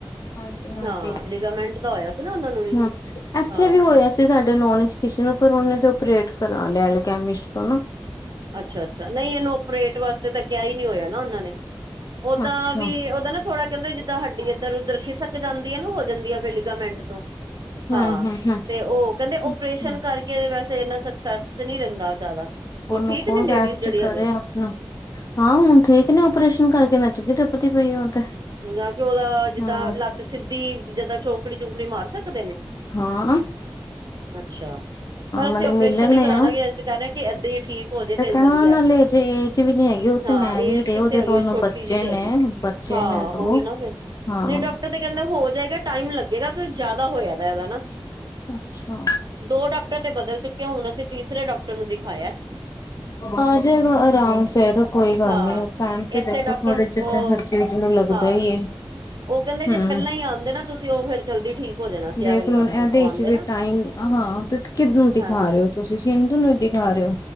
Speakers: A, on the left; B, on the right.
A: ਹਾਂਜੀ-ਹਾਂਜੀ
B: ਹਾਂ ਲਿਗਾਮੈਂਟ ਦਾ ਹੋਇਆ ਸੀ ਨਾ ਉਹਨਾਂ ਨੂੰ ਵੀ
A: ਹੂੰ ਇੱਥੇ
B: ਹਾਂ।
A: ਵੀ ਹੋਇਆ ਸੀ ਸਾਡੇ ਨੌਨ 'ਚ ਕਿਸੇ ਨੂੰ ਪਰ ਉਹਨੇ ਤਾਂ ਓਪਰੇਟ ਕਰਾ ਲਿਆ ਐਲ ਕੈਮਿਸਟ ਤੋਂ ਨ
B: ਅੱਛਾ ਅੱਛਾ ਨਹੀਂ ਇਹਨੂੰ ਓਪਰੇਟ ਵਾਸਤੇ ਤਾਂ ਕਿਹਾ ਹੀ ਨਹੀਂ ਹੋਇਆ ਨਾ ਉਹਨਾਂ ਨੇ। ਓਦਾਂ
A: ਅੱਛਾ।
B: ਵੀ ਉਹਦਾ ਨਾ ਥੋੜਾ ਕਹਿੰਦੇ ਜਿੱਦਾਂ ਹੱਡੀ ਇੱਧਰ ਉੱਧਰ ਖਿਸਕ ਜਾਂਦੀ ਹੈ ਨਾ ਹੋ ਜਾਂਦੀ ਹੈ ਫਹਿਲੀ ਲਿਗਾਮੈਂਟ ਤੋਂ
A: ਹੂੰ-ਹੂੰ-ਹੂੰ-ਹੂੰ
B: ਹਾਂ ਤੇ ਉਹ ਕਹਿੰਦੇ
A: ਅੱਛਾ
B: ਓਪਰੇਸ਼ਨ ਕਰਕੇ ਕਹਿੰਦੇ ਵੈਸੇ ਇੰਨਾ ਸਕਸੈਸ ਨਹੀਂ ਰਹਿੰਦਾ ਜ਼ਿਆਦਾ।
A: ਉਹਨੂੰ
B: ਉਹ ਠੀਕ
A: ਕਹੋ
B: ਨੇ
A: ਰੈਸਟ
B: ਲੇਡੀਜ਼ ਜਿਹੜੇ
A: ਕਰੇ
B: ਹੈਗੇ
A: ਰਾਤ ਨੂੰ। ਹਾਂ ਹੁਣ ਠੀਕ ਨੇ ਓਪਰੇਸ਼ਨ ਕਰਕੇ ਨੱਚਦੀ ਟੱਪਦੀ ਪਈਏ ਉਹ ਤੇ।
B: ਨਾ ਕਿ ਉਹਦਾ ਜਿੱਦਾਂ
A: ਹੂੰ
B: ਲੱਤ ਸਿੱਧੀ ਜਿੱਦਾਂ ਚੌਕੜੀ ਚੂੰਕੜੀ ਮਾਰ ਸਕਦੇ ਨੇ।
A: ਹਾਂ।
B: ਅੱਛਾ। ਪਰ ਅਸੀਂ
A: ਮੈਨੂੰ
B: ਓਪਰੇਸ਼ਨ
A: ਮਿਲੇ ਨੇ
B: ਨਹੀਂ ਕਰਾਉਣਾ
A: ਉਹ
B: ਕਿ ਅਸੀ ਕਹਿ ਰਹੇ ਕਿ ਏਦਾਂ ਹੀ ਠੀਕ ਹੋ ਜੇ ਤੇ ਵਧੀਆ।
A: ਹਾਂ ਨਾਲੇ ਜੇ ਏਜ ਵੀ ਨੀ ਹੈਗੀ ਉਹ
B: ਹਾਂ,
A: ਤੇ ਮੈਰਿਡ
B: ਏਜ
A: ਏ
B: ਕਿੱਥੇ
A: ਉਹਦੇ
B: ਹੈਗੀ,
A: ਦੋਨੋ
B: ਛੋਟੀ
A: ਬੱਚੇ
B: ਜਿਹੀ ਤੇ ਹੈਗੀ।
A: ਨੇ ਬੱਚੇ
B: ਹਾਂ
A: ਨੇ ਦੋ
B: ਉਹੀ ਨਾ ਫੇਰ
A: ਹਾਂ
B: ਨਹੀਂ ਡਾਕਟਰ ਤੇ ਕਹਿੰਦੇ ਹੋ ਜਾਏਗਾ ਟਾਈਮ ਲੱਗੇਗਾ ਕਿਉਂ ਜ਼ਿਆਦਾ ਹੋਇਆ ਪਇਆ ਇਹ ਦਾ ਨਾ।
A: ਅੱਛਾ।
B: ਦੋ ਡਾਕਟਰ ਤੇ ਬਦਲ ਚੁੱਕੇ ਆਂ, ਹੁਣ ਅਸੀਂ ਤੀਸਰੇ ਡਾਕਟਰ ਨੂੰ ਦਿਖਾਇਆ।
A: ਆ ਜਾਏਗਾ ਆਰਾਮ ਫੇਰ ਕੋਈ ਗੱਲ
B: ਹਾਂ
A: ਨੀ ਟਾਈਮ ਤੇ
B: ਇੱਥੇ
A: ਦੇਖੋ
B: ਡਾਕਟਰ
A: ਥੋੜੇ ਜਿੱਥੇ
B: ਉਹ
A: ਹਰ ਚੀਜ਼। ਨੂੰ ਲੱਗਦਾ
B: ਹਾਂ
A: ਈ ਏ।
B: ਉਹ ਕਹਿੰਦੇ ਜੇ
A: ਹੂੰ
B: ਪਹਿਲਾਂ ਹੀ ਆਂਦੇ ਨਾ ਤੁਸੀਂ ਫਿਰ ਜਲਦੀ ਠੀਕ ਹੋ ਜਾਣਾ ਸੀ
A: ਦੇਖ
B: ਇਹ ਵਾਲੇ
A: ਲੋ
B: ਡਾਕਟਰ
A: ਹੁਣ ਇਹਦੇ
B: ਕੋਲ ਆਉਂਦੇ
A: ਚ ਵੀ
B: ਨਾ
A: ਟਾਈਮ ਹਾਂ ਤੇ ਕਿੱਨੂ
B: ਹਾਂ
A: ਦਿਖਾ ਰਹੇ ਹੋ ਤੁਸੀਂ ਸਿੰਧੂ ਨੂੰ ਦਿਖਾ ਰਹੇ ਓ।